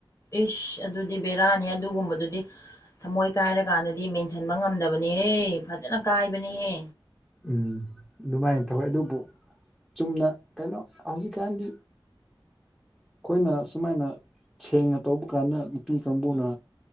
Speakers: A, on the left; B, in the centre.
A: ꯏꯁ ꯑꯗꯨꯗꯤ ꯕꯦꯔꯥꯅꯤ ꯑꯗꯨꯒꯨꯝꯕꯗꯨꯗꯤ ꯊꯃꯣꯏ ꯀꯥꯏꯔ ꯀꯥꯟꯗꯗꯤ ꯃꯦꯟꯁꯤꯟꯕ ꯉꯝꯗꯕꯅꯤꯍꯦ ꯐꯖꯅ ꯀꯥꯏꯕꯅꯤꯍꯦ
B: ꯎꯝ ꯑꯗꯨꯃꯥꯏꯅ ꯇꯧꯋꯦ ꯑꯗꯨꯕꯨ ꯆꯨꯝꯅ ꯀꯩꯅꯣ ꯍꯧꯖꯤꯛꯀꯥꯟꯗꯤ ꯑꯩꯈꯣꯏꯅ ꯁꯨꯃꯥꯏꯅ ꯁꯦꯡꯅ ꯇꯧꯕ ꯀꯥꯟꯗ ꯅꯨꯄꯤ ꯀꯥꯡꯕꯨꯅ